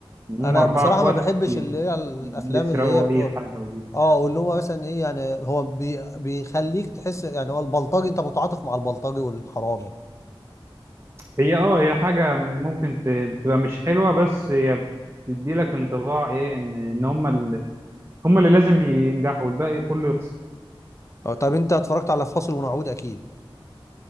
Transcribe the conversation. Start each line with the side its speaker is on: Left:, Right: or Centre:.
Right: هم
Left: انا
Right: اربعه
Left: بصراحه
Right: اخوات
Left: ما بحبش
Right: بي-
Left: اللي هي الافلام
Right: بيسرقوا
Left: اللي هي بتقول
Right: اي حاجه ودي
Left: اه واللي هو مثلا ايه يعني هو بي... بيخليك تحس يعني هو البلطجي انت متعاطف مع البلطجي والحرامي
Right: هي اه هي حاجه ممكن ت- تبقى مش حلوه بس هي بتدي لك انطباع ايه ان ان هم ال... هم اللي لازم ينجحوا والباقي كله يخسر
Left: اه طب انت اتفرجت على فاصل ونعود اكيد